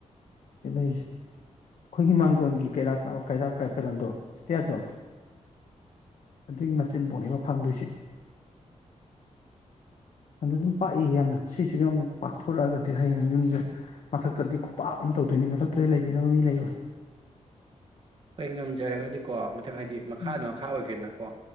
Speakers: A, on the left (about 65°); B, on the right (about 50°).
A: ꯁꯤ ꯂꯩꯁꯦ ꯑꯩꯈꯣꯏꯒꯤ ꯃꯥꯡꯒꯣꯟꯒꯤ ꯀꯩꯔꯛ ꯀꯔꯛ ꯀꯩꯅꯣꯗꯣ ꯏꯁꯇꯤꯌꯥꯔꯗꯣ ꯑꯗꯨꯒꯤ ꯃꯆꯤꯟ ꯄꯣꯛꯅꯦꯕ ꯐꯪꯗꯣꯏꯁꯦ ꯑꯗꯨꯗ ꯑꯗꯨꯝ ꯄꯥꯛꯏ ꯌꯥꯝꯅ ꯁꯤꯁꯤꯒ ꯑꯃꯨꯛ ꯄꯥꯛꯊꯣꯔꯛꯑꯒꯗꯤ ꯍꯌꯦꯡ ꯌꯨꯝꯁꯦ ꯃꯊꯛꯇꯗꯤ ꯈꯨꯄꯥꯛ ꯑꯃ ꯇꯧꯗꯣꯏꯅꯦ ꯃꯊꯛꯇꯗꯤ ꯂꯩꯕꯤꯅꯕ ꯃꯤ ꯂꯩꯔꯣꯏ
B: ꯍꯣꯏ ꯉꯝꯖꯔꯒꯗꯤꯀꯣ ꯃꯊꯛ ꯍꯥꯏꯗꯤ ꯃꯈꯥꯗ
A: ꯎꯝ
B: ꯃꯈꯥ ꯑꯣꯏꯒꯦꯅꯀꯣ